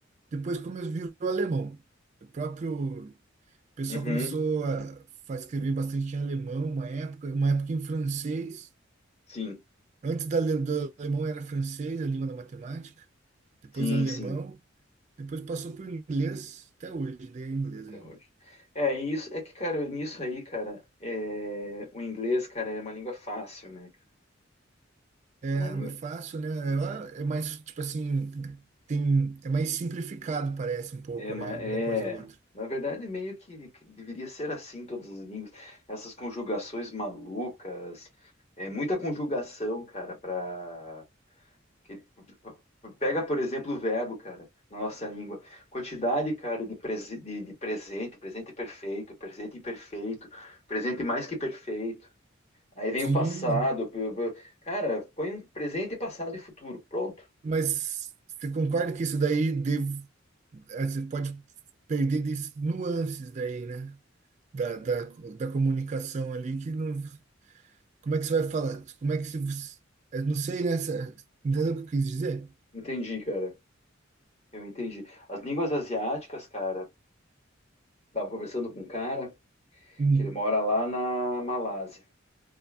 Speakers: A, on the right (about 35°); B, on the left (about 35°).
A: depois começou virou alemão. O próprio pessoal
B: Uhum.
A: começou a, fa- escrever bastante em alemão, uma época, uma época em francês.
B: Sim,
A: Antes da, ale- do alemão era francês, a língua da matemática, depois
B: sim,
A: alemão,
B: sim.
A: depois passou por inglês, até hoje, daí é inglês
B: Até
A: ainda.
B: hoje. É, e isso é que, cara, nisso aí, cara, é, o inglês, cara, é uma língua fácil, né? cara?
A: É,
B: É uma
A: é
B: língua.
A: fácil, né? Ela é mais, tipo assim, tem, é mais simplificado, parece um pouco,
B: É, uma-
A: né? Alguma
B: é,
A: coisa ou outra.
B: na verdade, meio que, que deveria ser assim todas as línguas. Essas conjugações malucas, é muita conjugação, cara, pra. Que, p- p- pega, por exemplo, o verbo, cara, na nossa língua. Quantidade, cara, de, prese- de, de presente, presente perfeito, presente imperfeito, presente mais que perfeito. Aí vem
A: Sim,
B: o passado. p- p- Cara, põe um presente, passado e futuro. Pronto.
A: mas você concorda que isso daí deve, eh, você pode perder des- nuances daí, né? Da, da, da comunicação ali que não. Como é que você vai falar? Como é que se. você- Eu não sei, né? Sa- Entendeu o que eu quis dizer?
B: Entendi, cara. Eu entendi. As línguas asiáticas, cara, tava conversando com um cara
A: Hum,
B: que ele mora lá na Malásia.